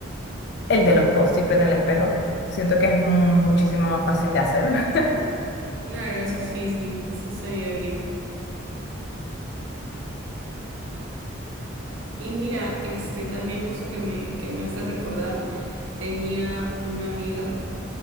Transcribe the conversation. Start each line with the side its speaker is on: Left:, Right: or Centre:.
Left: el de los post-it en el espejo. Siento que es mu- muchísimo más fácil de hacer. <laughs>
Right: Claro, eso sí, sí, sí estaría bien. Y mira, este también justo que me, que me hace recordar, tenía una amiga